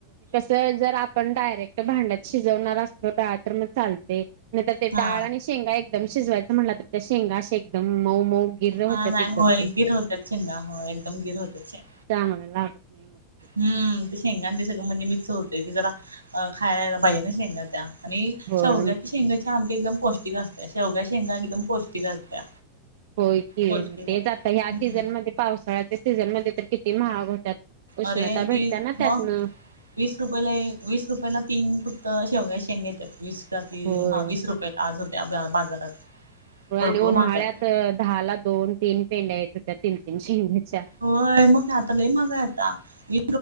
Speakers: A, on the right; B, on the right.
A: तर जर आपण डायरेक्ट भांड्यात शिजवणार असतो डाळ तर मग चालते नाय तर ते
B: हा
A: डाळ आणि शेंगा एकदम शिजवायचं म्हणलं तर ते शेंगा अशे अशे एकदम मऊ मऊ गिर्र होतात
B: हा नाय
A: एकदम
B: होय
A: ते
B: गिर होत्यात शेंगा हो एकदम गिर होतं शेंग.
A: त्यामुळे लागत नाहीे. <inaudible>
B: हम्म ते शेंगा ते सगळं म्हणजे मिक्स होतय ते जरा अ खायलाला पाहिजे ना शेंगा त्या. आणि
A: होय
B: शेवग्याची शेंगाची आमटी एकदम पौष्टिक असते शेवग्या शेंगा एकदम पौष्टिक असत्या.
A: होय की
B: पौष्टिक
A: तेच
B: असत्या
A: आता ह्या सीझनमध्ये
B: हम्म
A: पावसाळ्याच्या सीझनमध्ये तर किती महाग होत्यात. उष्णता
B: अरे
A: भेटत्या
B: ती
A: ना त्यातनं.
B: मग वीस रुपयाला एक वीस रुपयाला तीन फक्त शेवगाच्या शेंगा येत्यात. वीस का ती
A: होय.
B: हा वीस रुपयला. आज होत्या बा बाजारात.
A: हो
B: भरपूर
A: आणि उन्हाळ्यात
B: महाग आहेत.
A: दहा ला दोन तीन पेंड्या येत होत्या तीन तीन शेंग्याच्या.
B: होय मग काय आता लय महाग आहे आता वी